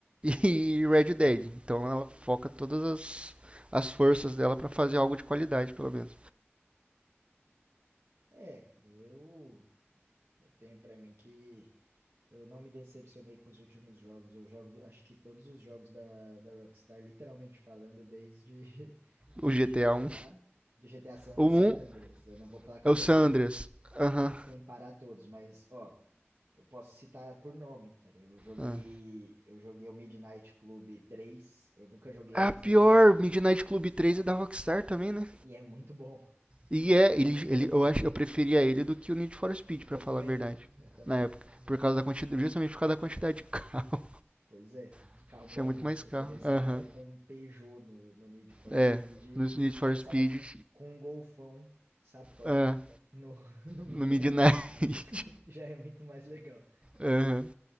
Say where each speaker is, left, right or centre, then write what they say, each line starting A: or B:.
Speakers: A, on the right (about 25°); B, on the right (about 75°).
A: e <laughs> Red Dead. Então ela foca todas as as forças dela pra fazer algo de qualidade, pelo menos.
B: É, cara, eu, eu tenho pra mim que eu não me decepcionei com os últimos jogos. Eu jogo, do- acho que todos os jogos da, da Rockstar, literalmente falando, desde <laughs> de
A: O GTA
B: GTA,
A: um
B: de GTA San,
A: o
B: San
A: um
B: Andreas. Eu não vou falar que
A: é
B: eu
A: o
B: joguei
A: San Andreas. Aham.
B: sem parar todos, mas ó, eu posso citar por nome, cara. Eu joguei,
A: aham.
B: eu joguei o Midnight Club três. eu nunca joguei
A: Ah,
B: antes
A: pior,
B: desse,
A: Midnight Club três é da Rockstar também,
B: é-
A: né?
B: e é muito bom,
A: E é,
B: é muito
A: ele, ele,
B: bom.
A: eu acho, eu preferia ele do que o Need for Speed, pra
B: Eu
A: falar
B: também,
A: a verdade,
B: eu também.
A: na época, por causa da quantidade, justamente por causa da quantidade de carro.
B: Pois é, de
A: <laughs>
B: carro bom,
A: Tinha muito
B: né?
A: mais
B: Eu
A: carro.
B: começava
A: Aham.
B: com um Peugeot no, no Need for
A: É,
B: Speed e
A: no Need for
B: começava
A: Speed,
B: com um Golfão, sapão
A: ah,
B: no, <laughs> no Midnight.
A: no Midnight. <laughs>
B: Já é muito mais legal.
A: Aham.